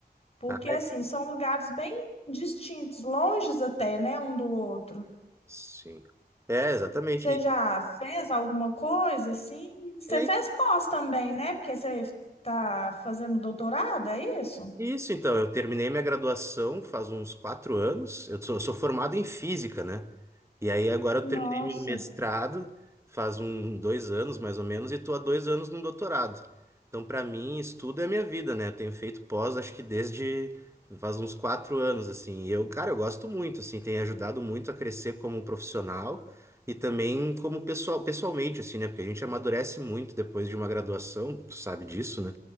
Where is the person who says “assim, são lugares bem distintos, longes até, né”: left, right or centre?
Left